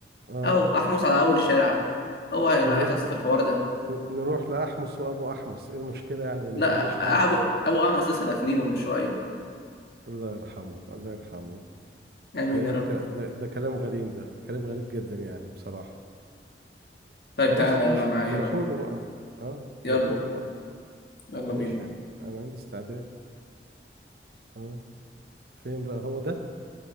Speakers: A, on the right; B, on the left.
A: اه
B: اهو احمص على اول الشارع اهو هو اللي
A: نروح
B: هيصفصف الحوار ده
A: ن- نروح لأحمس وأبو أحمس إيه المشكلة يعني أنا ما
B: لا
A: يهمنيش حد
B: ابو ابو احمص لسه دافنينه من شوية
A: الله يرحمه الله يرحمه
B: امين
A: ده إيه
B: يا رب
A: الك- ده, ده كلام غريب ده كلام غريب جدا يعني بصراحة
B: طيب
A: خلاص
B: تعالى يلا
A: ماشي
B: معايا
A: نروحوا
B: بقى
A: له بقى أه
B: يلا
A: نروحوا له بقى
B: يلا
A: ماشي
B: بينا
A: يعني. أنا عندي استعداد أه فين بقى هو ده